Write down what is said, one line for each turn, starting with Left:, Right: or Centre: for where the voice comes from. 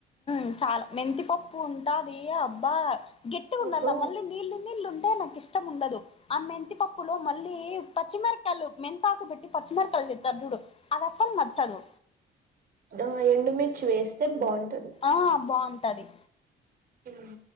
Left: ఉ చాలా మెంతిపప్పు ఉంటాది అబ్బా గట్టి గా ఉండాల
Right: అబ్బో
Left: మళ్ళీ నీళ్ళు నీళ్ళు ఉంటే నాకు ఇష్టం ఉండదు ఆ మెంతిపప్పులో మళ్ళీ పచ్చిమిరపకాయలు మెంతాకు పెట్టి పచ్చిమరకలు చేస్తారు చూడు అది అసలు నచ్చదు
Right: ఆ ఎండుమిర్చి వేస్తే బాగుంటుంది
Left: ఆ బావుంటది
Right: ఉమ్